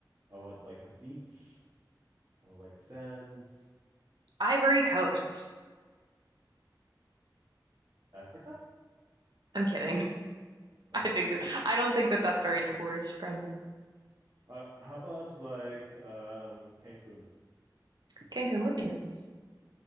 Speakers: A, on the right (about 50°); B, on the right (about 65°).
A: I would like a beach. I would like sand.
B: Ivory Coast.
A: Africa?
B: I'm kidding. <laughs>
A: Oh.
B: I think that I don't think that that's very tourist friendly.
A: Uh, how about like um Cancun?
B: Cancun would be nice.